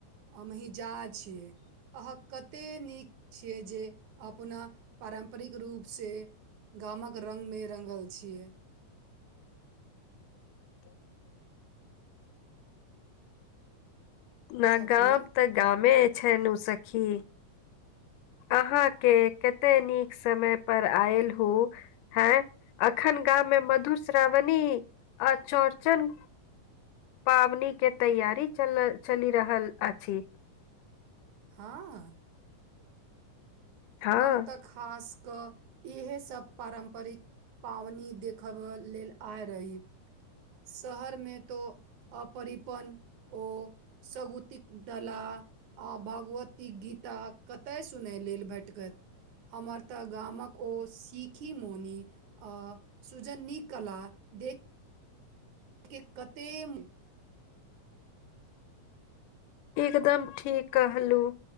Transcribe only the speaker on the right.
हमही जा छियै अहाँ कतेक नीक छियै जे अपना पारम्परिक रूपसँ गामक रंगमे रंगल छियै
सखी
हँ।
हम तऽ खास कऽ इएहसभ पारम्परिक पाबनि देखबय लेलऽ आय रही शहरमे तो अपरिपन ओ सगुतिक दलाल आ भगवती गीता कतय सुनय लेलऽ भेटकत हमर तऽ गामक ओ सिखी मोनी आ सुजनी कला दे के कतेम